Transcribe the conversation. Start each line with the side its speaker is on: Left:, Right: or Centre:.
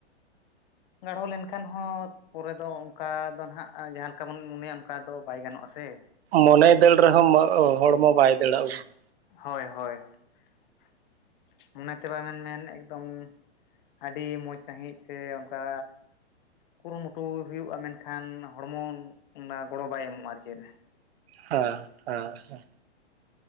Left: ᱜᱟᱲᱦᱚ ᱞᱮᱱᱠᱷᱟᱱ ᱦᱚᱸ ᱯᱚᱨᱮ ᱫᱚ ᱚᱱᱠᱟ ᱫᱚ ᱱᱟᱦᱜ ᱡᱟᱦᱟᱸ ᱞᱮᱠᱟ ᱵᱚᱱ ᱢᱚᱱᱮᱭᱟ ᱚᱱᱠᱟ ᱫᱚ ᱵᱟᱭ ᱜᱟᱱᱚᱜᱼᱟ ᱥᱮ ᱾
Right: ᱢᱚᱱᱮᱭ ᱫᱟᱹᱲ ᱨᱮᱦᱚᱸ ᱦᱚᱲᱢᱚ ᱵᱟᱭ ᱫᱟᱹᱲᱟᱜᱼᱟ ᱩᱱᱨᱮ ᱾
Left: ᱦᱳᱭ ᱦᱳᱭ ᱾ ᱚᱱᱟᱛᱮ ᱵᱟᱢ ᱢᱮᱱ ᱢᱮᱱ ᱮᱠᱫᱚᱢ ᱟᱹᱰᱤ ᱢᱚᱡᱽ ᱥᱺᱦᱤᱡ ᱥᱮ ᱚᱱᱠᱟ ᱠᱩᱨᱩᱢᱩᱴᱩᱭ ᱦᱩᱭᱩᱜᱼᱟ, ᱢᱮᱱᱠᱷᱟᱱ ᱦᱚᱲᱢᱚ ᱚᱱᱟ ᱜᱚᱲᱚ ᱵᱟᱭ ᱮᱢᱚᱜᱼᱟ ᱟᱨ ᱪᱮᱫ ᱾
Right: ᱦᱮᱸ ᱦᱮᱸ ᱾